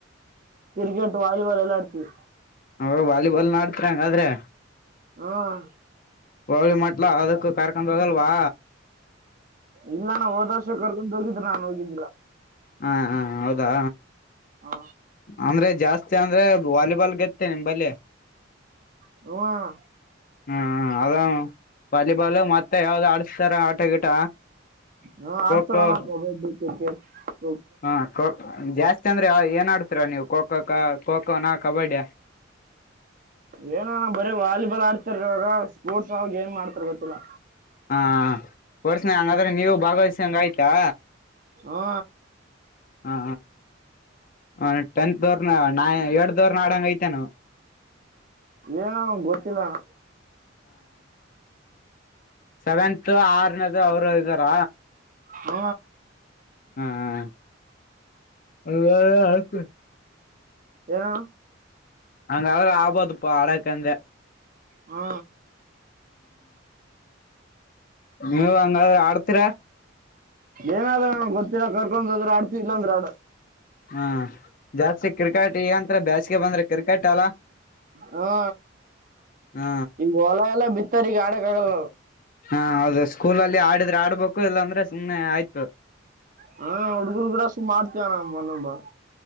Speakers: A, on the right (about 45°); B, on the left (about 45°).
A: ಕ್ರಿಕೆಟ್ ವಾಲಿಬಾಲ್ ಎಲ್ಲ ಆಡ್ತೀವಿ
B: ಹ ವಾಲಿಬಾಲ್ ನಡ್ತಿ ಹಂಗಾದ್ರೆ
A: ಹ್ಮಾ
B: ಹೋಗಳಿ ಮಟ್ಲ ಅದಕ್ಕ ಕಾರ್ಕೊಂಡ ಹಗಲ್ವಾ
A: ಇಲ್ಲ ನಾ ಹೋದರ್ಷ ಕರ್ಗೊಂಡ್ ಹೋಗಿದ್ರೆ ನಾನನ್ ಹೋಗಿದ್ದಿಲ್ಲಾ
B: ಹಾ ಹ ಹೌದಾ
A: ಹಾ
B: ಅಂದ್ರೆ ಜಾಸ್ತಿ ಅಂದ್ರೆ ವಾಲಿಬಾಲ್ ಗೆತ್ತೇ ನಿಮಂಬಲ್ಲಿ
A: ಹ್ಞೂ ಅಣ್ಣ
B: ಹ್ಮ ಅದ ವಾಲಿಬಾಲ್ ಮತ್ತೆ ಯಾವ್ದ ಆಡ್ ಸರ ಆಟ ಗಿಟ
A: ಹ ಅಡ್ಸತರ
B: ಖೋ ಖೋ
A: ರಣ ಕಬಡ್ಡಿ ಕೋ ಕೋ
B: ಹಾ ಜಾಸ್ತಿ ಅ ಅಂದ್ರೆ ಏನ್ ಆಡ್ತರಾ ನೀವು ಖೋ ಕ ಖೋಖೋನಾ ಕಬಡ್ಡಿಯ
A: ಏನಣ ಬರೀ ವಾಲಿಬಾಲ್ ಆಡ್ತಾರ ಇವಾಗ ಸ್ಪೋರ್ಟ್ಸ್ ಅವಾಗ ಏನ್ ಮಾಡ್ತರ್ ಗೊತ್ತಿಲ್ಲ
B: ಹಾ ಪೋರ್ಸನೆ ಹಂಗಾದ್ರೆ ನೀವು ಭಾಗವಹಿಸಂಗ ಆಯ್ತಾ
A: ಹಾ
B: ಹ ಹಾ ಹ ಟೆಂತ್ ದವರ್ನ ನ ಎಟ್ ರ್ದವರ್ನ ಆಡಂಗ ಐತೆ ನವು
A: ಏನ ಅವನ್ ಗೊತ್ತಿಲ್ಲ ನ
B: ಸವೆಂತ್ ಆರ್ನದು ಅವರು ಅದ್ದಾರ
A: ಹಾ
B: <unintelligible>
A: ಏನ ಣಾ
B: ಹಂಗಾದ್ರ ಆಗ್ಬೋದುಪ್ಪ ಆಡಕಂದ
A: ಹ್
B: ನೀವು ಹಂಗ ಆಡ್ತೀರಾ
A: ಏನಾದ್ರ ಗೊತ್ತಿಲ್ಲ ಕರ್ಕೊಂಡ್ ಹೋದ್ರೆ ಆಡ್ತಿ ಇಲ್ಲ ಅಂದ್ರ ಆ
B: ಹ್ಮ ಜಾಸ್ತಿ ಕ್ರಿಕೆಟ್ ಇಗಂತ ಬ್ಯಾಚ್ಗೆ ಬಂದ್ರೆ ಕ್ರಿಕೆಟ್ ಅಲ್ಲ
A: ಹಾ
B: ಹಾ
A: ನಿಮ್ ಹೊಲ ಎಲ್ಲ ಬಿತ್ತಾರಗ ಆಡಕ್ ಆಗಲ್ಲಲ್
B: ಹಾ ಹೌದು ಸ್ಕೂಲಲ್ಲಿ ಆಡಿದ್ರೆ ಆಡ್ಬೇಕು ಇಲ್ಲಾಂದ್ರೆ ಸುಮ್ನೆ ಆಯ್ತು
A: ಹಾ ಹುಡ್ಗರು ಗುಡ ಸುಮ್ ಮಾಡ್ತವಾನ ಮನೊಬ <inaudible>